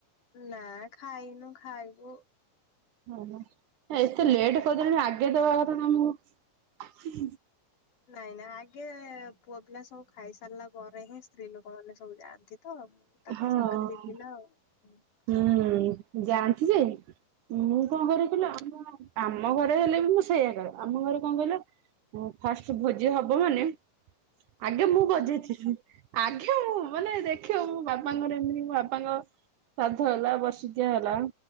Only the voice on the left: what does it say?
ନାଁ ଖାଇନୁ ଖାଇବୁ ।
ନାଇଁ ନାଇଁ ଆଗେ ପୁଅ ପିଲା ସବୁ ଖାଇସାରିଲା ପରେ ହିଁ ସ୍ତ୍ରୀ ଲୋକମାନେ ସବୁ ଯାଆନ୍ତି । ତ ତାଙ୍କ
ସାଙ୍ଗରେ ଯିବିନା ଆଉ ।